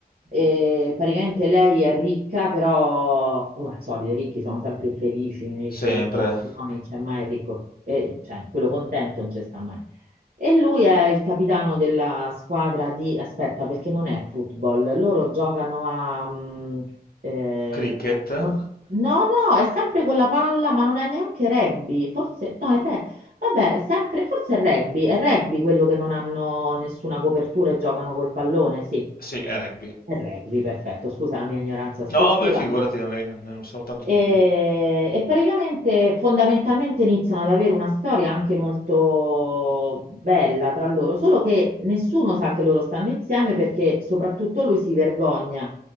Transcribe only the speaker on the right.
E praticamente lei è ricca, però come al solito i ricchi sono sempre infelici nei
sceneggiati, no? Non c'è mai il ricco, eh, cioè quello contento non c'è sta mai. E lui è il capitano della squadra di... Aspetta, perché non è football. Loro giocano a... mm, eh,
non- No, no, è sempre con la palla, ma non è neanche rugby. Forse... No, è re- Vabbè, è sempre... Forse è rugby. È rugby quello che non hanno nessuna copertura e giocano col pallone, sì.
È rugby, perfetto. Scusa la mia ignoranza sportiva.
E,
e praticamente fondamentalmente iniziano ad avere una storia anche molto bella tra loro, solo che nessuno sa che loro stanno insieme perché soprattutto lui si vergogna